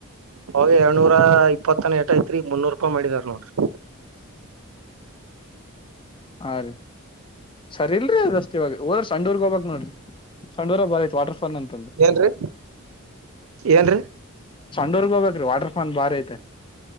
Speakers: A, on the right (about 80°); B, on the left (about 25°).
A: ಅವಾಗ ಏಳ್ನೂರ ಇಪ್ಪತ್ತನ ಏಟ್ ಐತ್ರಿ ಮುನ್ನೂರು ರೂಪಾಯಿ ಮಾಡಿದಾರ ನೋಡ್ರಿ. <inaudible>
B: ಹಾ ರೀ ಸರಿ ಇಲ್ರಿ ಅದಷ್ಟ್ ಇವಾಗ ಹೋದ ಸಂಡೂರ್ಗ್ ಹೋಗಬಕ್ ನೋಡ್ರಿ. ಸಂಡೂರಾಗ್ ಬಾಳ ಐತ್ ವಾಟರ್ ಫಾ <unintelligible>
A: ಏನ್ರೀ ಏನ್ರೀ
B: <unintelligible> ಹೋಗಬೇಕ್ರೀ ವಾಟರ್ ಫಾನ್ ಬಾರಿ ಐತೆ